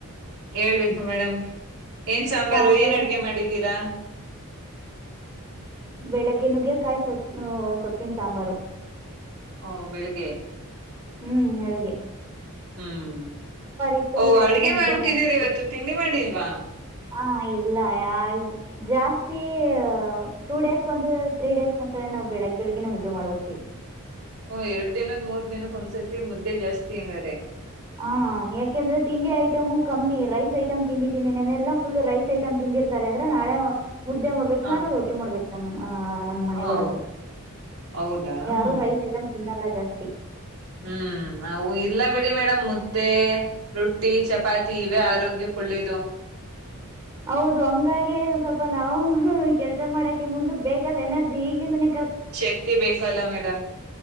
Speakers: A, on the right; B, on the right.
A: ಹೇಳ್ಬೇಕು ಮೇಡಮ್ ಏನ್ ಸಾಂಬಾರು
B: ಪಾಪು
A: ಏನ್ ಅಡ್ಗೆ ಮಾಡಿದ್ದೀರಾ <inaudible>
B: ಬೆಳಿಗ್ಗೆ ನುಗ್ಗೆಕಾಯಿ ಸೊ ಸೊಪ್ಪಿನ ಸಾಂಬಾರು
A: ಹಓ ಬೆಳಿಗ್ಗೆ
B: ಹ್ಮ್ ಬೆಳಿಗ್ಗೆ
A: ಹ್ಮ್
B: ಇತ್ತು
A: ಓ
B: ಬೆಳಗ್ಗೆನೆ
A: ಅಡ್ಗೆ
B: ಮುದ್ದೆ
A: ಮಾಡ್ಬಿಟ್ಟಿದ್ದೀರಿ
B: ಮಾಡಿ
A: ಇವತ್ತು ತಿಂಡಿ ಮಾಡಿಲ್ವಾ
B: ಹಾ ಎಲ್ಲ ಯಾರ ಜಾಸ್ತಿ ಟೂ ಡೇಸ್ಂದ ತ್ರೀ ಡೇಸ್ ಒಂದ್ಸರಿ ನಾವು ಬೆಳಗ್ಗೆ ಬೆಳಿಗ್ ಉದ್ದು ಮಾಡ್ಬಿಡ್ತೀವಿ
A: ಹ ಎರಡ್ ದಿನದ ಮೂರ್ ದಿನಕ್ ಒಂದ್ಸತಿ ಮುದ್ದೆ ಜಾಸ್ತಿ ಹಂಗಾರೆ
B: ಹಾ ಯಾಕೆಂದ್ರೆ ತಿಂಡಿ ಐಟಮು ಕಮ್ಮಿ ರೈಸ್ ಐಟ್ ತಿಂದಿದ್ದೀನಿ ನೆನೆಲ್ಲ ಫುಲ್ ರೈಸ್ ಐಟಮ್ ತಿ ಬಂದಿರ್ತಾರೆ ಅಂದ್ರೆ ನಾಳೆ ಮುದ್ದೆ ಮಾಡ್ಬೇಕನಾರ
A: ಆ,
B: ರೋಟಿ ಮಾಡ್ಬೇಕಕ್ ನಮ್ಮ್ ಅ್ ನಮ್ಮ್ ಮನೆಗಳಲ್ಲಿ
A: ಆ, ಹೌದಾ
B: ಯಾರು
A: ಹ್ಮ್
B: ರೈಸ್ ಐಟಮ್ ತಿನ್ನಲ್ಲ ಜಾಸ್ತಿ
A: ಹ್ಮ್ ನವು ಇಲ್ಲ ಬಿಡಿ ಮೇಡಮ್ ಮುದ್ದೆ ರೊಟ್ಟಿ ಚಪಾತಿ ಇವೆ ಆರೋಗ್ಯ ಕುಳ್ಳೇದು
B: ಹೌದು ಹಂಗಾಗ ಸ್ವಲ್ಪ ನಾವು ಕೆಲ್ಸ ಮಾಡಕ್ಕೆ ಮುಂದಕ್ ಬೇಕಲ್ಲ ಎನರ್ಜಿ ಈಗ್ಲಿಂದನ
A: ಶಕ್ತಿ ಬೇಕಲ್ಲ ಮೇಡಮ್